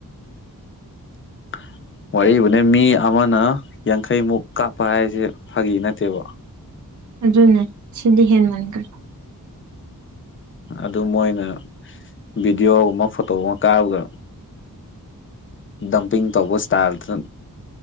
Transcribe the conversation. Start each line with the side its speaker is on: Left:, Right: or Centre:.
Left: <unintelligible> ꯋꯥꯕꯨꯅꯦ ꯃꯤ ꯑꯃꯅ ꯌꯥꯡꯈꯩꯃꯨꯛ ꯀꯥꯞꯄ ꯍꯥꯏꯁꯦ ꯐꯥꯒꯤ ꯅꯠꯇꯦꯕ
Right: ꯑꯗꯨꯅꯦ ꯁꯤꯗꯤ ꯍꯦꯟ ꯃꯒ
Left: ꯑꯗꯨ ꯃꯣꯏꯅ ꯚꯤꯗꯤꯑꯣꯒ ꯑꯃ ꯐꯣꯇꯣ ꯑꯃ ꯀꯥꯔꯒ ꯗꯝꯄꯤꯡ ꯇꯧꯕ ꯏꯁꯇꯥꯔ